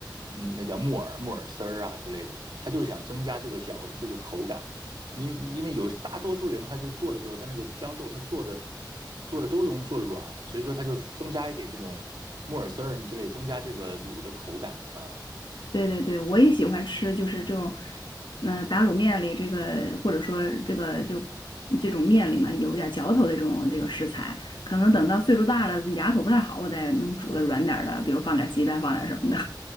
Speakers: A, on the right; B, on the left.
A: 嗯那叫木耳木耳丝儿啊之类的，他就是想增加这个嚼这个口感。你因为有大多数人，他是做的时候，他那个豇豆他做的做的都容易做软，所以说他就增加一点这种木耳丝儿什么之类，增加这个卤的口感啊。
B: 对对对，我也喜欢吃，就是这种，呃，打卤面里这个，或者说这个就这种面里面有点嚼头的这种这个食材，可能等到岁数大了，
A: 嗯，
B: 牙口不太好，我再弄煮的软点儿的，比如放点鸡蛋，放点什么的。